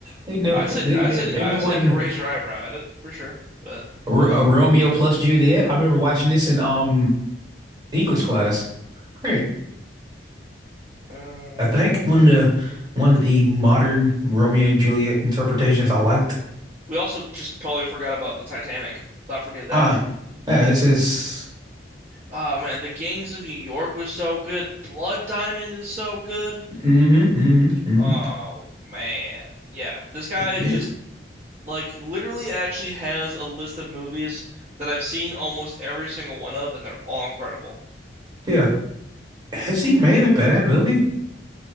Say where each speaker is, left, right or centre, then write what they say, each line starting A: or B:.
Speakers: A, on the right; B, on the right.
A: they know
B: I said
A: they
B: I
A: they
B: said
A: everyone
B: I said you could raise your eyebrow at it for sure. But
A: R
B: you know,
A: uh, Romeo plus Juliet. I remember watching this in um English class. Great.
B: uh, I'm
A: I think
B: trying
A: one
B: to.
A: of the one of the modern Romeo and Juliet interpretations I liked.
B: We also just totally forgot about the Titanic. Not forget that.
A: Ah, yeah, this is.
B: Oh man, the Gangs of New York was so good. Blood Diamond is so good.
A: Mm-hmm, mm-hmm, mm-hmm.
B: Oh man, yeah. This guy
A: Yeah,
B: just like literally actually has a list of movies that I've seen almost every single one of, and they're all incredible.
A: yeah. Has he made a bad movie?